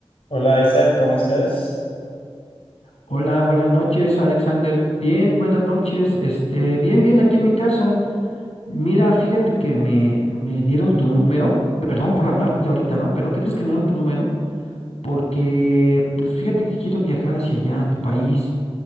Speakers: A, on the left; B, on the left.
A: Hola Isaac, ¿cómo estás?
B: Hola, buenas noches, Alexander. Bien, buenas noches. Este, bien, bien, aquí en mi casa. Mira, fíjate que me, me dieron tu número. Perdón por hablarte ahorita, ¿no? Pero ¿qué crees que me dieron tu número? Porque, pues fíjate que quiero viajar hacia allá, a tu país,